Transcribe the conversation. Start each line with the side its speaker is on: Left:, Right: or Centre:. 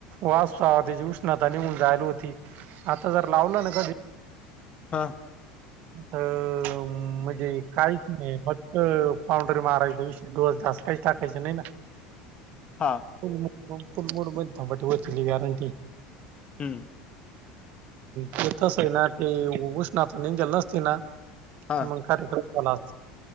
Right: वास त्याची उष्णता निघून जायला होती आता जर लावलं ना कधी
Left: हा.
Right: ता म्हणजे काहीच नाही फक्त पावढरी महाराजचा विषय डोसदस्त. काही ठाचे नाही ना.
Left: हा.
Right: फु फुल मूड म बट हो गॅरंटी.
Left: हम्म.
Right: तेेतस आहे ना ते उभष्ण तर नि गेल नसती ना.
Left: हा
Right: मग कार्यक्रम ला.